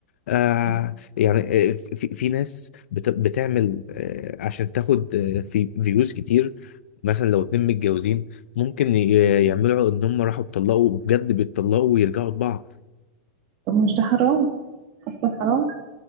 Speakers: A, on the left; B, on the right.
A: آه
B: صح
A: يعني آه، في, في ناس بت- بتعمل آه عشان تاخد آه في فيوز كتير مثلا لو اتنين متجوزين ممكن ي- يعملوا ان هم راحوا اتطلقوا بجد بيتطلقوا ويرجعوا لبعض
B: طب مش ده حرام اصلا حرام